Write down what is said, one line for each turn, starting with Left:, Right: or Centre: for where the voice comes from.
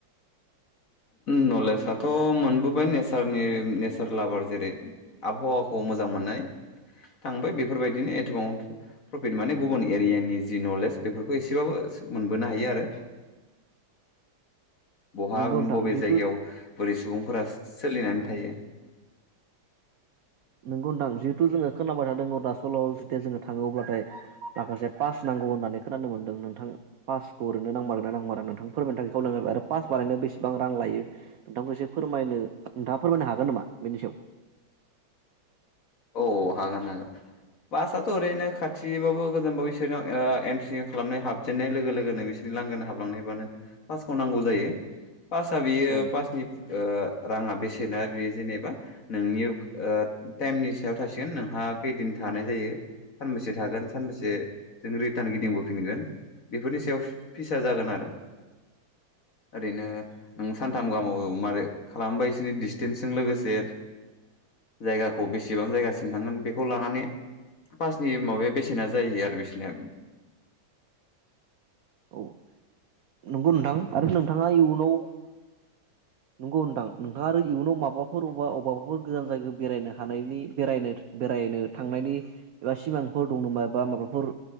Left: <inaudible> नलेजाथ' मोन बाय नेनि नेचार लाभार जेरै आबहावाखौ मोजां मोननानै थांबाय बेफोरबायदिनो एथबां प्रफिट माने गुबुन एरियानि जि नलेज बेफोरखौ एसेबाबो मोनबोनो हायो आरो । बहा
Right: नोंगौ नोंथां
Left: बबे
Right: जिहेथु
Left: जायगायाव बोरै सुबुंफोरा सोलिनानै थायो ।
Right: नंगौ नोंथां जिहेथु जोङो खोनाबबाय थादों अरुनासलाव जोङो थाङोब अब्लाथाय माखासे पास नांगौ होननानै खोनानो मोनदों नोंथां पासखौ ओरैनो नांमारोन ना नांमार नोंथां फोरमायनो थाखाय खावलायनायाय आरो पास बारायनो बेसेबां रां लायो नोंथांखौ एसे फोरमायनो नोंथाङा फोरमायनो हागोन नामा बेनि सायाव?
Left: औ हागोन हागोन फासथ' ओरैनो खाथिबाबो गोजानबाबो बिसोरनाव एनट्रि खालामनाय हाबजेननाय लोगो लोगोनो बिसोरनि लांगोना हाबलांनायबानो फासखौ नांगौ जायो । पासआ बेयो
Right: औ
Left: पासनि राङा बेसेना बे जेनेबा नोंनि <unintelligible> थासिगोन नोंहा खौदिन थानाय जायों सानबैसे थागोन सानबैसेजों रिटान गिदिं बोफिनगोन बेफोरनि सायाव पिस आ जागोन आरो ओरैनो नों सानथाम गाहामाव मारै खालामबायसो दिसतेन्स जों लोगोंसे जायगाखौ बे बेसेबां जायगासिम थांगोन बेखौ लानानै पासनि माबाया बेसेना जायो आरो बेसेनिया ।
Right: औ <inaudible> न नोंथां आरो नोंथाङा इयुनाव <inaudible> नंगौ नोंथां नोंथाङा आरो इयुनाव माबाफोर अबा अबबाफोर गोजान जायगायाव बेरायनो हानायनि बेरायनो बेरायनो थांनायनि एबा सिमांफोर दं नामा एबा माबाफोर